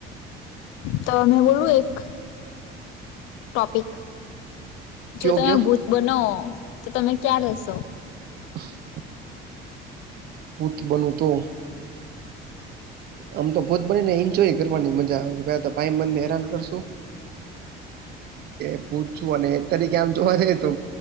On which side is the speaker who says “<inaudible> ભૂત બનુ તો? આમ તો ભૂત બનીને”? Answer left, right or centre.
Right